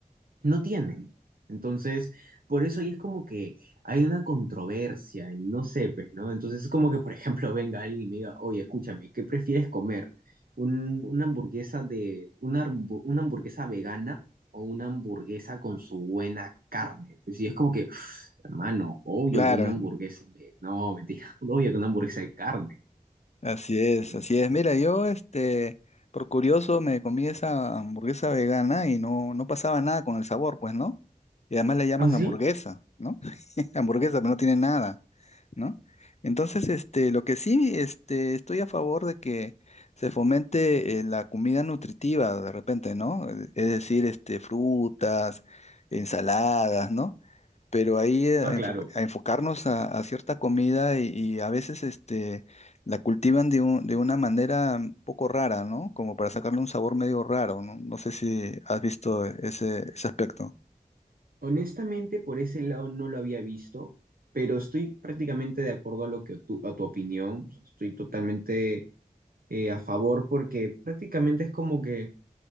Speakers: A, on the right; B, on the left.
A: no tienen. Entonces, por eso ahí es como que hay una controversia y no sé, pues, ¿no? Entonces es como que, por ejemplo, <laughs> venga alguien y me diga, oye, escúchame, ¿qué prefieres comer? Un- una hamburguesa de, una, hambu- una hamburguesa vegana o una hamburguesa con su buena carne. Pues, sí es como que, <sniffs> hermano, obvio
B: Claro.
A: que una hamburguesa de, no, mentira, <laughs> obvio que una hamburguesa de carne,
B: Así es,
A: ¿no?
B: así es. Mira, yo, este, por curioso, me comí esa hamburguesa vegana y no, no pasaba nada con el sabor, pues, ¿no? Y además le llaman
A: ¿Ah, sí?
B: hamburguesa, ¿no? <laughs> Hamburguesa, pero no tiene nada, ¿no? Entonces, este, lo que sí, este, estoy a favor de que se fomente eh, la comida nutritiva de repente, ¿no? Es decir, este, frutas, ensaladas, ¿no? pero ahí eh, a,
A: Ah,
B: enfoca-
A: claro.
B: a enfocarnos a, a cierta comida y, y a veces este, la cultivan de, un- de una manera un poco rara, ¿no? Como para sacarle un sabor medio raro, ¿no? No sé si has visto ese, ese aspecto.
A: Honestamente, por ese lado no lo había visto, pero estoy prácticamente de acuerdo a lo que tu, a tu opinión. O sea, estoy totalmente eh, a favor porque prácticamente es como que